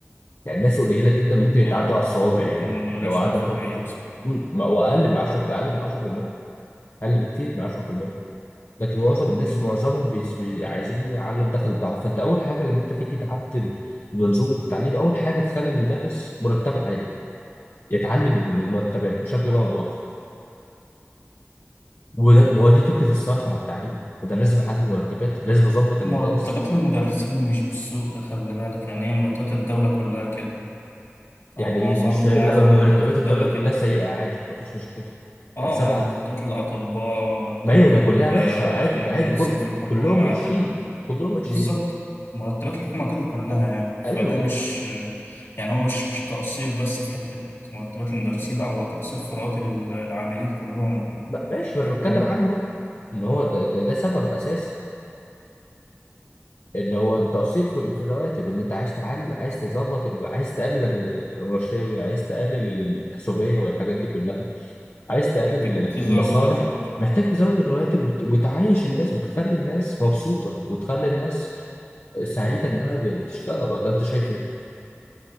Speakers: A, on the left; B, on the left.
A: يعني ناس قليله جدا ممكن يتعدوا
B: اه
A: على الصوابع
B: ممكن
A: يعني
B: نقول
A: لو
B: عشرين
A: قعدنا
B: في
A: نفكر
B: المية
A: فيه
B: مثلا
A: مم، واقل من 10 اقل من 10% اقل بكتير من 10% لكن معظم الناس
B: مم.
A: معظمهم بيس- بي... عايزين يعلوا الدخل بتاعهم فانت اول حاجه لما انت تيجي تعدل منظومه التعليم اول حاجه تخلي المدرس مرتبه عالي يتعلل المرتبات بشكل ما او باخر وده ما هو دي فكره الصرف على التعليم ده أنا لازم اعدل المرتبات لازم اظبط المدارس
B: مرتبات المدرسين مش بالسوق ده خلي بالك يعني هي مرتبات الدولة كلها كده أو
A: يعني
B: معظم
A: ايه مش فاهم
B: معظم
A: لا ما مرتبات
B: مرتبات الدولة
A: الدوله كلها
B: كده
A: سيئه عادي ما فيش مشكله
B: اه
A: يعني سبعة
B: يعني مرتبات الأطباء مرتبات
A: ما ايوه ما
B: المهندسين
A: كلها وحشه عادي عادي كل
B: في الحكومة
A: كلهم وحشين كلهم وحشين
B: بالظبط مرتبات الحكومة كده كلها يعني فده
A: ايوه لا،
B: مش يعني هو مش مش تقصير بس في حتة مرتبات المدرسين لا هو تقصير في رواتب ال- العاملين كلهم بال-
A: ما- ماشي
B: بالحكومة
A: ما انا بتكلم عنه اهو ان هو ده, ده, ده سبب اساسي ان هو التقصير في, في الرواتب ان انت عايز تعلي عايز تظبط ال- عايز تقلل ال- الرشاوي عايز تقلل الحسوبيه والحاجات دي كلها عايز تقلل
B: محتاج
A: ال-
B: تزود
A: المصالح
B: الراتب
A: محتاج تزود الرواتب وت- وتعيش الناس وتخلي الناس مبسوطه وتخلي الناس سعيده انها بتشتغل ولا انت شايف ايه؟